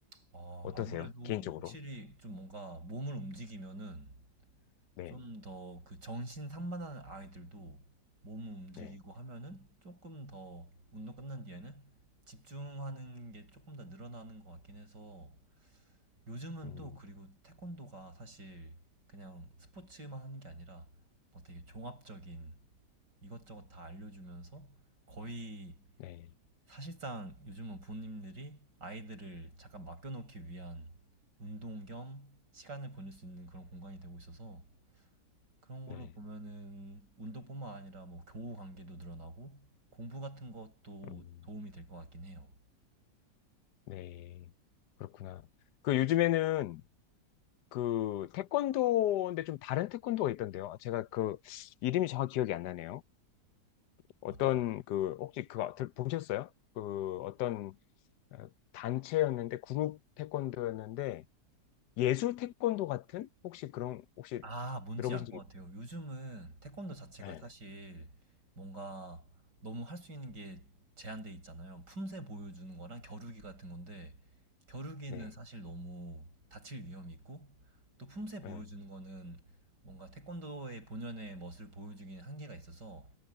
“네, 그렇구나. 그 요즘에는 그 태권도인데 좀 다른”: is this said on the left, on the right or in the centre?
Left